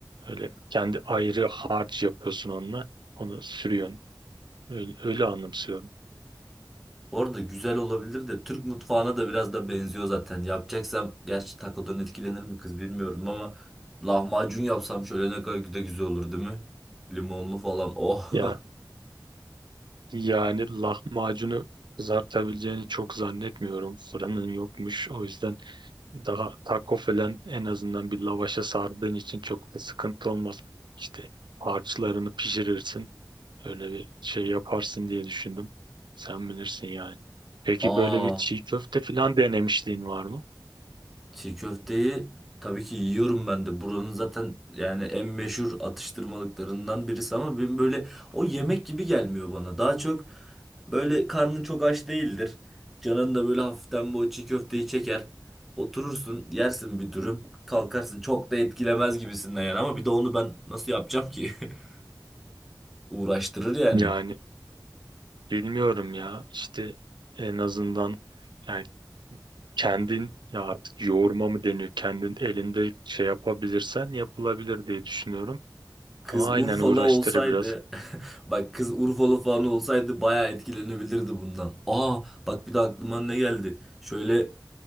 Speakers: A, on the right; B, in the centre.
A: Öyle kendi ayrı harç yapıyorsun onunla. Onu sürüyorsun. Öyle, öyle anımsıyorum.
B: Bu arada güzel olabilir de Türk mutfağına da biraz da benziyor zaten. Yapacaksam gerçi takodan etkilenir mi kız bilmiyorum ama lahmacun yapsam şöyle ne kadar da güzel olur değil mi? Limonlu falan. Oh.
A: Ya yani lahmacunu kızartabileceğini çok zannetmiyorum. Fırının yokmuş. O yüzden Daha taco falan en azından bir lavaşa sardığın için çok da sıkıntı olmaz. İşte harçlarını pişirirsin. Öyle bir şey yaparsın diye düşündüm. Sen bilirsin yani. Peki
B: <laughs> Aa
A: böyle bir çiğ köfte falan denemişliğin var mı?
B: Çiğ köfteyi tabii ki yiyorum ben de. Buranın zaten yani en meşhur atıştırmalıklarından birisi ama benim böyle o yemek gibi gelmiyor bana. Daha çok böyle karnın çok aç değildir. Canın da böyle hafiften bu çiğ köfteyi çeker. Oturursun, yersin bir dürüm, kalkarsın. Çok da etkilemez gibisinden yani ama bir de onu ben nasıl yapacağım ki? <laughs> Uğraştırır yani.
A: Yani bilmiyorum ya. İşte en azından yani kendin ya artık yoğurma mı deniyor? Kendin elinde şey yapabilirsen yapılabilir diye düşünüyorum. Ama
B: Kız
A: aynen
B: Urfalı
A: uğraştırır
B: olsaydı
A: biraz.
B: <laughs> bak kız Urfalı falan olsaydı bayağı etkilenebilirdi bundan. Aa bak bir de aklıma ne geldi. Şöyle